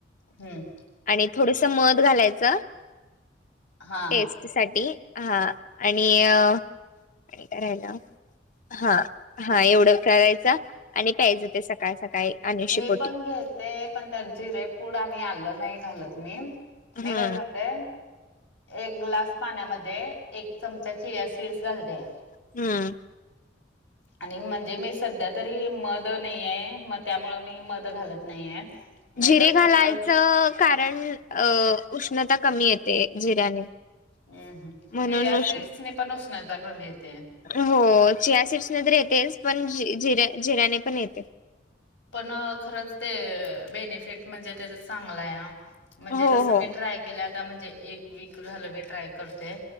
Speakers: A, on the left (about 75°); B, on the left (about 45°).
A: हम्म.
B: आणि थोडस मध घालायच
A: हा.
B: टेस्ट साठी हा आणि अ आणि काय राह्यला हा हा एवढं करायच आणि प्यायच ते सकाळ सकाळ सकाळी. अनुशी
A: मी
B: पोटी
A: पण घेते पण त्यात जिरेपूड आणि आलं नाही घालत मी.
B: हम्म
A: मी काय करते न एक ग्लास पाण्यामध्ये एक चमचा जिया सिड्स घालते.
B: हम्म.
A: आणि म्हणजे मी सध्या तरी मद नाहीये मग त्यामुळं मी मध ध घालत नाहीय नाहीतर
B: जिरे घालायचं
A: फक्त.
B: कारण अ उष्णता कमी येते जिऱ्याने.
A: हम्म हम्म
B: म्हणून
A: सिया
B: उष्ण
A: सिड्स ने पण उष्णता कमी येतेय.
B: हो चिया सीड्स न तर येतेच पण जिऱ्या जिऱ्याने पण येते.
A: पण खरंच ते बेनिफिट म्हणजे तेचा चांगलाय हां. म्हणजे
B: हो
A: जस
B: हो
A: मी ट्राय केलंय म्हणजे एक वीक झालं मी ट्राय करते